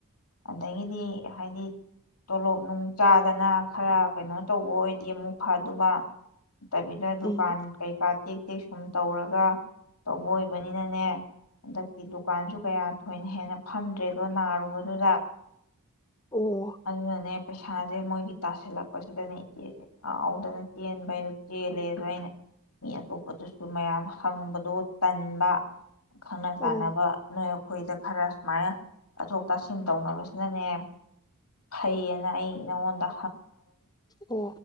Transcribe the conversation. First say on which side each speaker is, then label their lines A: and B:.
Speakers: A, on the left; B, on the left.
A: ꯑꯗꯒꯤꯗꯤ ꯍꯥꯏꯗꯤ ꯇꯣꯂꯣꯞ ꯅꯨꯡ ꯆꯥꯗꯅ ꯈꯔ ꯀꯩꯅꯣ ꯇꯧꯕ ꯑꯣꯏꯗꯤ ꯑꯃꯨꯛ ꯐꯗꯨꯕ ꯅꯠꯇꯕꯤꯗ ꯗꯨꯀꯥꯟ
B: ꯎꯝ
A: ꯀꯩꯀꯥ ꯇꯦꯛ ꯇꯦꯛ ꯁꯨꯝ ꯇꯧꯔꯒ ꯇꯧꯕ ꯑꯣꯏꯕꯅꯤꯅꯅꯦ ꯍꯟꯗꯛꯇꯤ ꯗꯨꯀꯥꯟꯁꯨ ꯀꯌꯥ ꯊꯣꯏꯅ ꯍꯦꯟꯅ ꯐꯝꯗ꯭ꯔꯦꯗꯣ ꯅꯥꯔꯨꯕꯗꯨꯗ
B: ꯑꯣ
A: ꯑꯗꯨꯅꯅꯦ ꯄꯩꯁꯥꯖꯦ ꯃꯣꯏꯒꯤ ꯇꯥꯥꯁꯤꯜꯂꯛꯄꯁꯤꯗꯅꯦ ꯏꯆꯦꯖꯦ ꯉꯥꯎꯗꯅ ꯆꯦꯟꯕ ꯍꯥꯏꯗꯣ ꯆꯦꯜꯂꯦ ꯑꯗꯨ ꯑꯩꯅ ꯃꯤ ꯑꯇꯣꯞꯄꯗꯁꯨ ꯃꯌꯥꯝ ꯍꯪꯕꯗꯣ ꯇꯟꯕ ꯈꯪꯅ ꯆꯥꯟꯅꯕ
B: ꯑꯣ
A: ꯅꯣꯏ ꯑꯩꯈꯣꯏꯗ ꯈꯔ ꯁꯨꯃꯥꯏꯅ ꯇꯥꯊꯣꯛ ꯇꯥꯁꯤꯟ ꯇꯧꯅꯕꯁꯤꯅꯅꯦ ꯐꯩꯌꯦꯅ ꯑꯩ ꯅꯉꯣꯟꯗ
B: ꯑꯣ